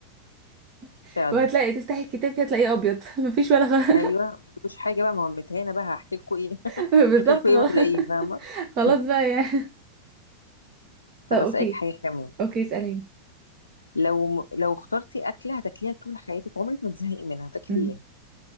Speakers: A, on the right; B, on the left.
A: <laughs>
B: فعلا
A: وهتلاقي تفتحي الكتاب كده تلاقيه ابيض <laughs> مفيش ولا خ...
B: ايوه مفيش حاجة بقى ما هو متهانة بقى هحكي لكم ايه
A: <laughs>
B: <laughs>
A: بالظبط
B: هحكي لكم
A: خلاص
B: ايه ولا ايه فاهمة
A: خلاص
B: <laughs>
A: بقى يعني
B: طب
A: طب اوكي
B: اسالك حاجه كمان
A: اوكي اساليني
B: لو لو اخترتي اكله هتاكليها طول حياتك عمرك ما تزهقي منها هتاكلي
A: أمم.
B: ايه